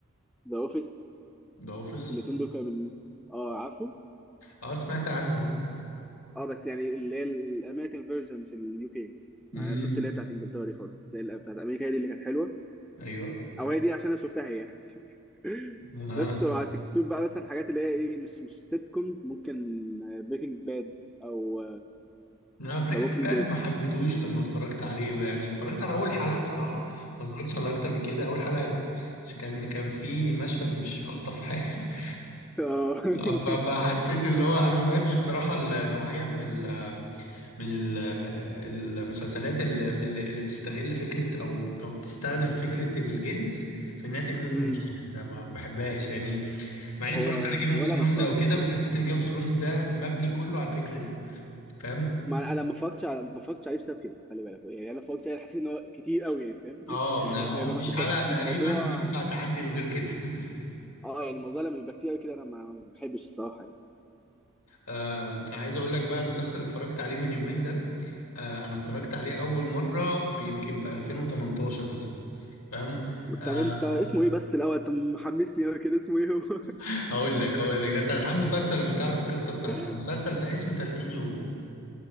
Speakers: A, in the centre; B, on the left (about 85°).
A: ذا اوفيس
B: ذا اوفيس
A: الاثنين دول كانوا من اه عارفه
B: اه سمعت عنه
A: اه بس يعني اللي هي الامريكان فيرجن مش اليو كي ما
B: امم
A: شفتش اللي هي بتاعت انجلترا دي خالص بس هي اللي بتاعت امريكا هي دي اللي كانت حلوه
B: ايوه
A: او هي دي عشان انا شفتها هي يعني <laughs>
B: آه.
A: بس لو على تيك توك بقى مثلا حاجات اللي هي ايه مش مش سيت كومز ممكن بريكنج باد او
B: لا بريكنج
A: ذا ووكينج
B: باد
A: ديد
B: ما حبيتهوش لما اتفرجت عليه بقى. يعني اتفرجت على اول حلقه بصراحه ما اتفرجتش على اكتر من كده اول حلقه ش- كان كان في مشهد مش الطف حاجه <laughs>
A: <laughs> اه <laughs>
B: ف- فحسيت اللي هو انا ما بحبش بصراحه النوعيه من ال من ال- المسلسلات اللي, اللي اللي بتستغل فكرة أو أو بتستخدم فكرة الجنس في إنها تجذب
A: أمم،
B: المشاهد ده ما بحبهاش يعني مع إني
A: هو
B: اتفرجت على جيم اوف
A: ولا
B: ثرونز
A: انا الصراحه
B: أو كده بس حسيت إن جيم اوف ثرونز ده مبني كله على الفكرة دي فاهم؟
A: ما انا أنا ما اتفرجتش على ما اتفرجتش عليه بسبب كده خلي بالك يعني انا ما اتفرجتش عليه حاسس ان هو كتير قوي يعني فاهم
B: اه
A: <laughs>
B: ما هو
A: يعني لما
B: مفيش
A: بتبقى
B: حلقة
A: كتير
B: تقريبا
A: الموضوع
B: ينفع تعدي من غير كده <laughs>
A: اه يعني الموضوع لما بيبقى كتير قوي كده انا ما ما بحبش الصراحه يعني
B: آه أنا عايز أقول لك بقى المسلسل اللي اتفرجت عليه من يومين ده آه أنا اتفرجت عليه أول مرة يمكن في 2018 مثلا فاهم؟ آه،
A: طب انت اسمه ايه بس الاول انت محمسني قوي كده اسمه ايه هو
B: هقول لك هقول لك ده انت هتحمس اكتر لما تعرف القصه بتاعته
A: <laughs>
B: المسلسل ده اسمه 30 يوم